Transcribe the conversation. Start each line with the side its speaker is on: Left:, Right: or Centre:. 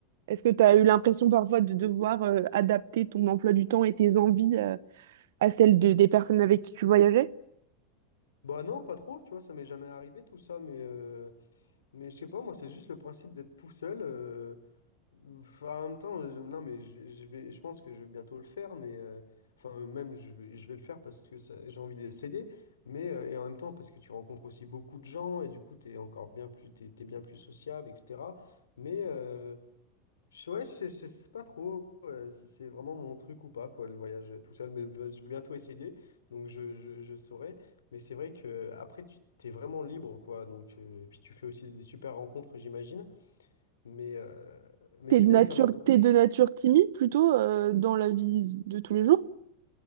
Right: est-ce que tu as eu l'impression parfois de devoir euh, adapter ton emploi du temps et tes envies euh, à celles de- des personnes avec qui tu voyageais?
Left: Bah non, pas trop, tu vois, ça m'est jamais arrivé tout ça, mais, euh, mais je sais pas, moi, c'est juste le principe d'être tout seul. euh, Ouf, En même temps, je- non, mais je, je vais, je pense que je vais bientôt le faire, mais euh, enfin, même je vais, je vais le faire parce que ça- j'ai envie d'essayer, mais euh, et en même temps parce que tu rencontres aussi beaucoup de gens et du coup, tu es encore bien plus, t'es, t'es bien plus sociable, etc. Mais euh, je, ouais, je, je sais pas trop euh, si c'est vraiment mon truc ou pas, quoi, le voyage tout seul, mais je vais bientôt essayer, donc je, je, je saurai. Mais c'est vrai que après, tu t'es vraiment libre, quoi, donc euh, puis tu fais aussi des super rencontres, j'imagine, mais. euh, mais
Right: T'es
Left: c'est
Right: de
Left: bien
Right: nature,
Left: de faire dans un
Right: t'es de nature timide plutôt euh, dans la vie de tous les jours?